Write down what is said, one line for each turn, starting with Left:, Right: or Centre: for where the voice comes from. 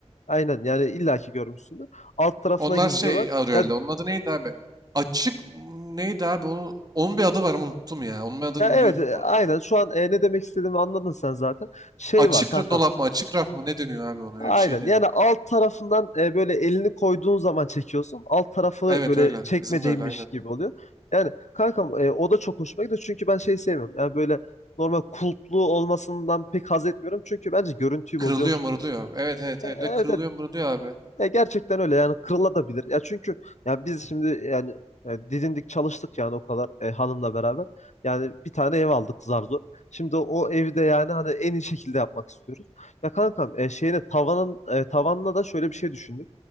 Left: Aynen yani illaki görmüşsündür. Alt tarafına
Right: Onlar
Left: gizliyorlar.
Right: şey arıyor
Left: Ya,
Right: herhalde. Onun adı neydi abi? Açık m, neydi abi? Onun, onun bir adı var ama unuttum ya. Onun bir adını
Left: ya evet
Right: biliyordum
Left: e,
Right: bu
Left: aynen
Right: arada. ya.
Left: şu an e, ne demek istediğimi anladın sen zaten. Şey
Right: Açık
Left: var kankam.
Right: ra- dolap mı? Açık raf mı? Ne dönüyor abi ona?
Left: Aynen.
Right: Öyle bir şey deniyor.
Left: Yani alt tarafından e, böyle elini koyduğun zaman çekiyorsun. Alt tarafı
Right: Evet
Left: böyle
Right: öyle.
Left: çekmeceymiş
Right: Bizim de öyle aynen.
Left: gibi oluyor. Yani kankam e, o da çok hoşuma gidiyor. Çünkü ben şey sevmiyorum. Yani böyle normal kulplu olmasından pek haz etmiyorum. Çünkü bence görüntüyü
Right: Kırılıyor
Left: bozuyormuş
Right: mırılıyor.
Left: gibi hissediyorum.
Right: Evet evet
Left: E,
Right: evet.
Left: Evet,
Right: Bir de kırılıyor
Left: evet.
Right: mırılıyor abi.
Left: Ya gerçekten öyle yani kırılabilir. Ya çünkü ya biz şimdi yani e, didindik çalıştık yani o kadar e, hanımla beraber. Yani bir tane ev aldık zar zor. Şimdi o evi de yani hani en iyi şekilde yapmak istiyoruz. Ya kankam e, şeyine tavanın e, tavanına da şöyle bir şey düşündük.